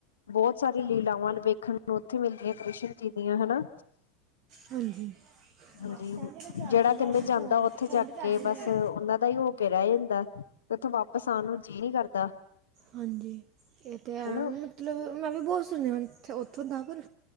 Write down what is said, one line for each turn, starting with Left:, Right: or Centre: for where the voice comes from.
Left: ਬਹੁਤ ਸਾਰੀ ਲੀਲਾਵਾਂ ਵੇਖਨ ਨੂੰ ਉੱਥੇ ਮਿਲਦੀਆਂ ਕ੍ਰਿਸ਼ਨ ਜੀ ਦੀਆਂ, ਹੇਨਾ।
Right: ਹਾਂਜੀ।
Left: ਹਾਂਜੀ,
Right: ਸਟੈਂਡ ਦਾ ਚਾਰਜ
Left: ਜਿਹੜਾ
Right: ਲੈਣ
Left: ਕਹਿੰਦੇ
Right: ਦੇ
Left: ਜਾਂਦਾ
Right: ਫੋਨ
Left: ਉੱਥੇ
Right: ਫੋਨ
Left: ਜਾ
Right: ਦਾ ਚਾਰਜ
Left: ਕੇ ਬਸ
Right: ਲੈਣ
Left: ਉਹਨਾਂ ਦਾ ਹੀ ਹੋ ਕੇ ਰਹਿ ਜਾਂਦਾ, ਤੇ ਉੱਥੋਂ ਵਾਪਿਸ ਆਨ ਨੂੰ ਜੀਅ ਨੀ ਕਰਦਾ।
Right: ਹਾਂਜੀ ਇਹ ਤਾਂ ਹੈ,
Left: ਹਨਾ
Right: ਮਤਲਬ ਮੈਂ ਵੀ ਬਹੁਤ ਸੁਨਿਆ ਹ ਉੱਥੇ ਉੱਥੋਂ ਦਾ ਪਰ,